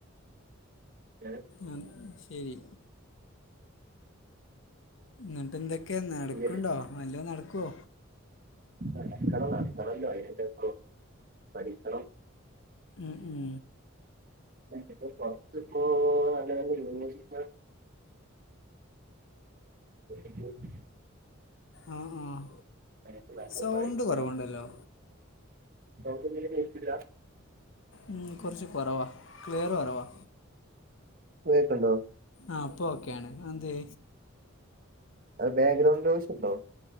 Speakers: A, on the right; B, on the left.
A: ഏഹ്
B: ആഹ് ശരി ന്ന്ട്ട്എന്തേ ക്കെ നടക്കുണ്ടോ
A: ബി എഡ്
B: വല്ലോം നടക്കോ
A: നടക്കണം നടത്തണല്ലോ അയ്നിപ്പോ ഇപ്പം പഠിക്കണം
B: മ് മ്
A: <inaudible> കൊറച്ചിപ്പോ ഇപ്പോ നല്ല നല്ല യൂണിവേഴ്സിറ്റി <unintelligible>
B: ആഹ് ആഹ്
A: നല്ല
B: സൗണ്ട്
A: പഠിക്കണം
B: കുറവുണ്ടല്ലോ.
A: സൗണ്ട് തീരെ കേക്കില്ല.
B: മ് കൊറച്ച് കൊറവാ ക്ലിയർ കൊറവാ
A: ഇപ്പ കേക്ക്ണ്ടോ
B: ആഹ് ഇപ്പോ ഓക്കെയാണ് അതെന്തേ.
A: അത് മ്പേഗ്രൗണ്ട് വോയ്സ് ഇണ്ടോ